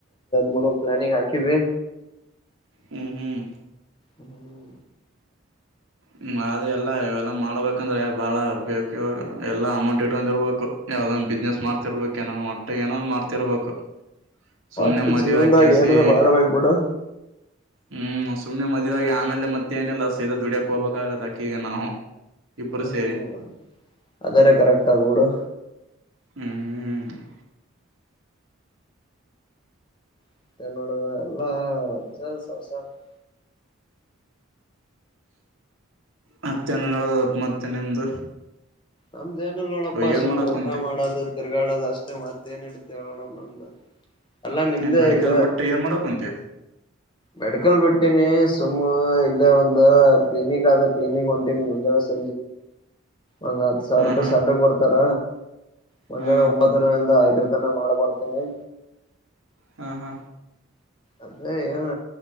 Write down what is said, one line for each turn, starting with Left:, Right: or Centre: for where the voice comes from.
Left: ಮೂ ಪ್ಲಾನಿಂಗ್ ಹಾಕಿದ್ವಿ
Right: ಹ್ಮ್ ಹ್ಮ್
Left: ಹ್ಮ್
Right: ಹ್ಮ್ ಅದ ಎಲ್ಲಾ ಇವೆಲ್ಲಾ ಮಾಡ್ಬೇಕಂದ್ರೆ ಬಾಳ ಉಪಯೋಗಿ ಇವಾಗ ಎಲ್ಲಾ ಅಮೌಂಟ್ ಇಟ್ಕೊಂಡಿರ್ಬೇಕು ಯಾವದೊ ಬಿಸ್ನೆಸ್ ಮಾಡ್ತಿರ್ಬೇಕು ಏನ ಒಟ್ಟೆ ಏನೋಂದ್ ಮಾಡ್ತಿರ್ಬೇಕು ಸುಮನೆ
Left: ಒಟ್
Right: ಮದ್ವೆ
Left: ಜೀವನ್ದಾಗ
Right: ಆ ಕೆ ಸಿ
Left: ಏನ್ರ ಮಾಡ್ಬೇಕ್ ಬಿಡು
Right: ಹ್ಮ್ ಸುಮ್ನೆ ಮದ್ವೆ ಆಗಿ ಆಮೇಲೆ ಮತ್ತೆ ಏನೆಲ್ಲ ಸಿದ ದುಡಿಯಕ್ ಹೋಗ್ಬೇಕ್ ಆಗತ್ ಅಕೀಗ ನಾವು ಇಬ್ರು
Left: ಹ್ಮ್
Right: ಸೇರಿ-
Left: ಅದರ ಕರೆಕ್ಟ್ ಅದ್ ಬಿಡು
Right: ಹ್ಮ್ <inaudible>
Left: ಮತ್ತೆ ನೋಡದು ಎಲ್ಲಾ ಅಜ್ಜಸಾರ್ <unintelligible>
Right: ಮತ್ತೇನ್ ಹೇಳದು ಮತ್ತೆ ನಿಮ್ದು
Left: ನಮ್ದ್ ಏನ ಇಲ್ ನೋಡಪ್ಪಾ
Right: ಇವಾಗ ಏನ್
Left: ಸುಮ್ಮ್
Right: ಮಾಡಕ್
Left: ಊಟ
Right: ಕುಂತಿ
Left: ಮಾಡೋದು ತಿರ್ಗಾಡದ ಅಷ್ಟೇ ಮತ್ತ ಏನ್ ಇರುತ್ ನೋಡ ನಮ್ದು ಅಲ್ಲಾ ನಿಮ್ದೇ
Right: ಏನ್ ಮೆಡಿಕಲ್
Left: ಈಗ
Right: ಬಿಟ್ಟು ಏನ್ ಮಾಡಕ್ ಕುಂತಿ
Left: ಮೆಡಿಕಲ್ ಬಿಟ್ಟೀನಿ ಸುಮ್ ಇಲ್ಲೇ ಒಂದ ಕ್ಲಿನಿಕ್ ಆದ ಕ್ಲಿನಿಕ್ ಹೊಂಟೀನಿ ಮುಂದೆಸ ಒಂದ್ ಹತ್ತು ಸಾವಿರ
Right: ಹಾ
Left: ರೂಪಾಯಿ
Right: ಹಾ
Left: ಸ್ಯಾಲ್ರಿ ಕೊಡ್ತಾರ ಮುಂಜಾನೆ
Right: ಹಾ
Left: ಒಂಬತ್ತರಿಂದ ಐದರ ತನ ಮಾಡಬರ್ತೆನಿ
Right: ಹಾ ಹಾ
Left: ಅದೇ ಏನ್